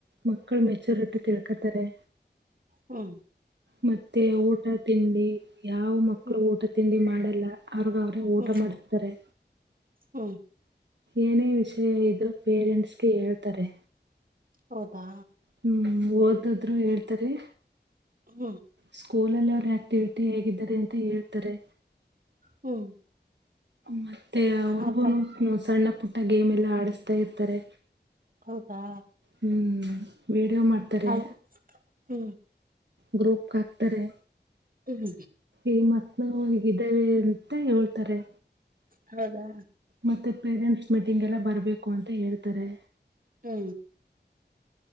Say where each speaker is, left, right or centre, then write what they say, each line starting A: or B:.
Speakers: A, on the right (about 75°); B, on the right (about 50°).
A: ಮಕ್ಕಳು ಮೆಚೂರಿಟಿ ತಿಳ್ಕೊತಾರೆ.
B: ಹ್ಮ್
A: ಮತ್ತೆ ಊಟ ತಿಂಡಿ. ಯಾವ ಮಕ್ಳು
B: ಹ್ಮ್
A: ಊಟ ತಿಂಡಿ ಮಾಡಲ್ಲ ಅವ್ರಗ ಅವ್ರೇ ಊಟ
B: ಹ್ಮ್
A: ಮಾಡ್ತಾರೆ.
B: ಹ್ಮ್
A: ಏನೇ ವಿಷಯ ಇದ್ರು ಪೇರೆಂಟ್ಸ್ಗೆ ಹೇಳ್ತಾರೆ.
B: ಹೌದಾ.
A: ಹ್ಮ್ ಓದದ್ರು ಹೇಳ್ತರಿ
B: ಹ್ಮ್
A: ಸ್ಕೂಲ್ ಅಲ್ಲಿ ಅವರು ಆಕ್ಟಿವಿಟಿ ಹೇಗಿದ್ದಾರೆ ಅಂತ ಹೇಳ್ತಾರೆ.
B: ಹ್ಮ್
A: ಮತ್ತೆ ಅವರ್ಗೂನು
B: ಆತ
A: ಸಣ್ಣ ಪುಟ್ಟ ಗೇಮ್ ಎಲ್ಲ ಆಡಸ್ತಾ ಇರ್ತಾರೆ.
B: ಹೌದಾ
A: ಹ್ಮ್ ವೀಡಿಯೋ ಮಾಡ್ತಾರೆ.
B: ಹ ಹ್ಮ್
A: ಗ್ರೂಪ್ ಹಾಕ್ತಾರೆ.
B: ಹ್ಮ್
A: ಈ ಮಕ್ಕಳು ಹಗಿದ್ದಾವ ಅಂತ ಹೇಳ್ತಾರೆ.
B: ಹೌದಾ
A: ಮತ್ತೆ ಪೇರೆಂಟ್ಸ್ ಮೀಟಿಂಗ್ ಎಲ್ಲ ಬರಬೇಕು ಅಂತ ಹೇಳ್ತಾರೆ.
B: ಹ್ಞ